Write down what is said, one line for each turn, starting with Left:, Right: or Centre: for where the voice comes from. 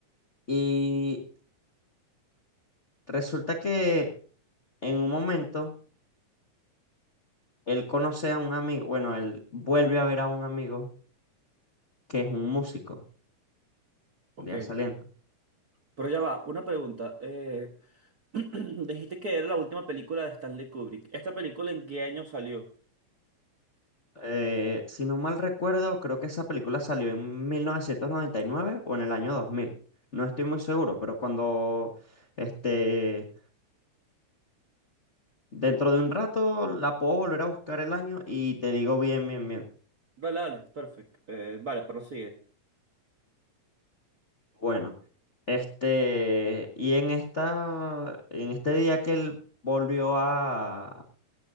Left: Y resulta que en un momento él conoce a un amigo, bueno, él vuelve a ver a un amigo que es un músico,
Right: ok.
Left: ya saliendo.
Right: Pero ya va, una pregunta. eh, <clears throat> dijiste que era la última película de Stanley Kubrick. ¿Esta película en qué año salió?
Left: Eh, si no mal recuerdo, creo que esa película salió en 1999 o en el año dos mil No estoy muy seguro, pero cuando este Dentro de un rato la puedo volver a buscar el año y te digo bien, bien, bien.
Right: Dale, dale, perfecto. Eh, vale, prosigue.
Left: Bueno, este, y en esta, en este día que él volvió a,